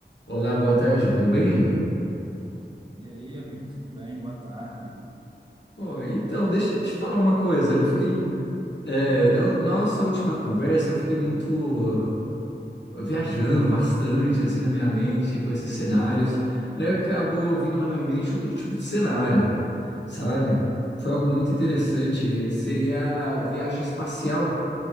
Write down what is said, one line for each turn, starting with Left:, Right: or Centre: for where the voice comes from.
Left: Olá, boa tarde, tudo bem?
Right: E aí, amigo, tudo bem? Boa tarde.
Left: Ô, então, deixa eu te falar uma coisa. Eu fiquei. é, na na nossa última conversa, eu fiquei muito uh, viajando bastante, assim, na minha mente, com esses cenários. Aí acabou vindo na minha mente outro tipo de cenário, sabe? Foi algo muito interessante. Seria a viagem espacial.